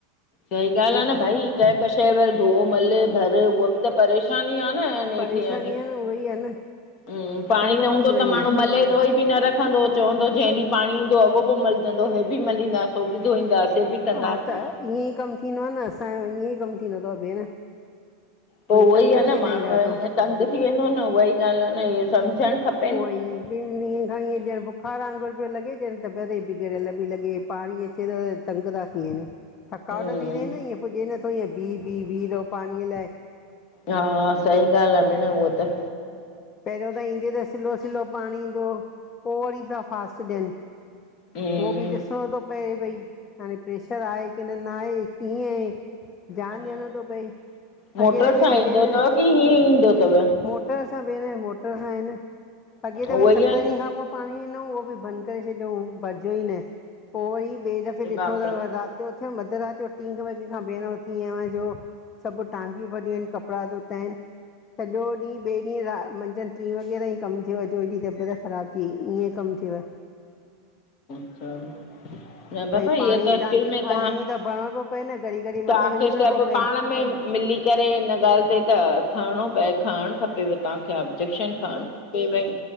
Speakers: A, on the left; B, on the left.
A: सही ॻाल्
B: हेॾ
A: आहे न भई कंहिं क शइ व धो मल भर उहा बि त परेशानी ई आहे न। नेठि
B: परेशानी
A: यानी
B: आहे न उहई आहे न
A: हम्म पाणी
B: तंग
A: न
B: थो
A: हूंदो
B: थी
A: त
B: वञे।
A: माण्हू मले धोई बि न रखंदो चवंदो जंहिं ॾींहुं पाणी ईंदो अॻो पोइ मलजंदो इहे बि मलींदासीं उ बि धोईंदासीं। हे बि कंदासीं
B: हा त ईअं ई कमु थींदो आहे न असांजो ईअं ई कमु थींदो अथव भेण।
A: पोइ
B: वरी
A: उहो
B: तंग
A: ई आहे
B: थी
A: न
B: वेंदा
A: माण्हू
B: आहियूं ॾाढो
A: ईअं तंग थी वेंदो न उहाई ॻाल्हि आहे न इअ सम्झणु खपे।
B: उहो ई ॿिनि ॾींहंनि खां ईअ ॾियण बुखार वांगुर लॻे जण तॿियत ते बिगड़े ली लॻे पी अचे त तंग त थीएन। थकावट
A: हम्म
B: थी रिहे न ईअं पुॼ नथो ईअं बीह बीह बीह रहो पाणीअ लाइ।
A: हा सही ॻाल्हि आहे भेण उहो त।
B: पहरियों त ईंदो त स्लो स्लो पाणी ईंदो हु पोइ वर पया फास्ट ॾियन।
A: हम्म
B: उहो बि ॾिसणो थो पए भई हाणे प्रेशर आहे की न न आहे कीअं आहे। ध्यान
A: हा
B: दियणो तो पए
A: मोटर
B: अॻे त भ
A: सां ईंदो
B: फेण
A: अथव की हीअं ईंदो अथव
B: मोट मोटर सां भेण मोटर सां आहिनि अॻे
A: उहो
B: त भ
A: ई
B: सत
A: आहिनि
B: ॾींहं खां पोइ पाणी इंदो उहो बि बंद करे छॾियऊं भरिजियो ई न पोइ वरी ॿिए दफ़े
A: अरे
B: ॾिठो
A: बाप
B: अथव
A: रे
B: रात उते उते अदरात जो ट्री वगे खां भीरां उथी आहियां जो सभु टांकियूं भरियूं आहिन कपड़ा धोता आहिन सॼो ॾींहुं ॿिए ॾींहुं रा मंझंदि ट्री वॻे ताईं कमु थियो जो हेॾी तबियत ख़राब थी वई ईअं कमु थियव।
A: च <inaudible> न
B: भई
A: बाबा
B: पाणीअ
A: इअ त
B: जी
A: एक्चुअल
B: टांकियूं
A: में
B: खाली
A: तव्हां
B: हुयूं त भरिणो पियो पए न घड़ी घड़ी मथे
A: तव्हांखे
B: वञिणो
A: सभु
B: पियो पए
A: पाण में मिली करे हिन ॻाल्हि ते त खणिणो पए खणणु खपेव तव्हांखे। मूंखे ऑब्जेक्शन खणणु खपे भई।